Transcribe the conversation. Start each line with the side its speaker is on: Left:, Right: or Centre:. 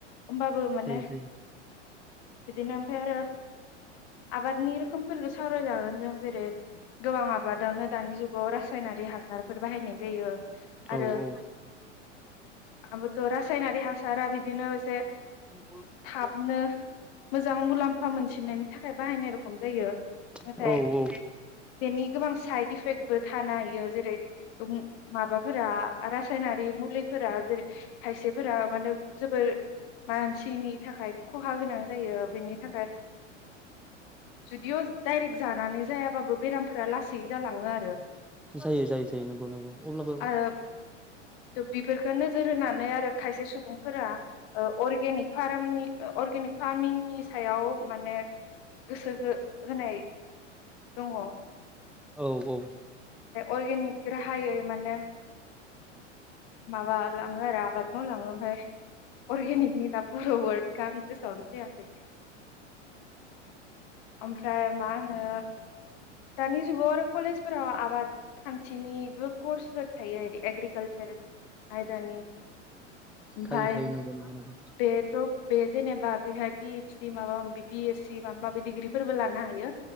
Left: ओमबाबो माने
Centre: जायो जायो
Left: बिदिनो फेरो आबादनि रोखोमफोरखौ सावरायजागोन जों जेरै गोबां आबादावनो दानि जुगाव राज सायनारि हास हासारफोर बाहायनाय जायो
Centre: औ
Left: आरो
Centre: औ
Left: आबोथ' रासायनारि हासारा बिद दिनो एसे
Centre: <unintelligible>
Left: गाबनो मोजां मुलाम्फा मोनसिनायनि थाखाय बाहायनाय रखम जायो नाथाय
Centre: औ औ
Left: बेनि गोबां साइद इफेक्ट बो थानो हायो जेरै माबाफोरा रासायनारि मुलिफोरा जेरै खायसेफोरा माने जोबोर मानसिनि थाखाय खहा गोनां जायो बेनि थाखाय जुदिअ डाइरेक्ट जानानै जायाबाबो बेरामफोरा लासैनो जालाङो आरो
Centre: जायो जायो जायो नंगौ नंगौ अब्लाबो
Left: आरो बेफोरखो नोजोर होनानै आरो खायसे सुबुंफोरा ओ अर्गेनिक फामारनि अर्गेनिक फार्मिंनि सायाव माने गोसो हो होनाय दङ
Centre: औ औ
Left: अर्गेनिक राहायै माने माबा लाङो आरो आबाद मावलाङो ओमफाय अर्गेनिकनि दा पुर' वर्ड गां गोसोआवनो फैयाखै ओमफ्राय मा होनो दानि जुगाव आरो कलेजफोराव खान्थिनिबो कर्सफोर थायो आरो एग्रि कालचार आयदानि ओमफाय
Centre: थायो थायो नंगौ नंगौ नंगौ
Left: बेथ' बे जेनेबा बेहाय पिओइसडि माबा मि बिएस सि माबा माबि डिग्रिफोरबो लानो हायो